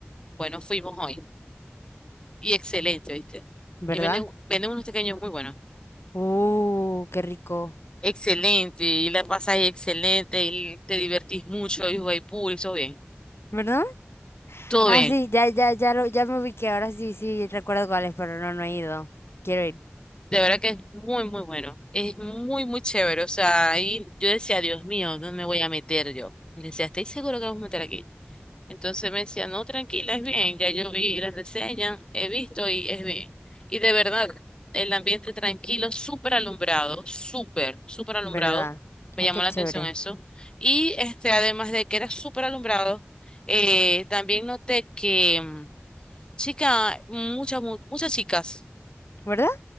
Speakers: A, on the left (about 20°); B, on the left (about 75°).
A: Bueno, fuimos hoy. Y excelente, ¿viste?
B: ¿verdad?
A: Y venden, venden unos pequeños muy buenos.
B: Uh, qué rico.
A: Excelente, y la pasas ahí excelente, y te divertís mucho, y jugáis pool, y todo bien.
B: ¿Verdad?
A: Todo
B: Ah,
A: bien.
B: sí, ya, ya, ya lo, ya me ubiqué, ahora sí, sí, recuerdo cuál es, pero no, no he ido. Quiero ir,
A: De verdad que es muy, muy bueno. Es muy, muy chévere. O sea, ahí yo decía, Dios mío, ¿dónde me voy a meter yo? Y le decía, ¿estáis seguro que vamos a meter aquí? Entonces me decía, no, tranquila, es bien, ya yo vi las reseñas, he visto y es bien. Y de verdad, el ambiente tranquilo, súper alumbrado, súper, súper alumbrado,
B: ¿verdad?
A: me
B: Ay,
A: llamó
B: qué
A: la
B: chévere,
A: atención eso. Y este, además de que era súper alumbrado, eh, también noté que, mm, chica, muchas, mu- muchas chicas,
B: ¿verdad?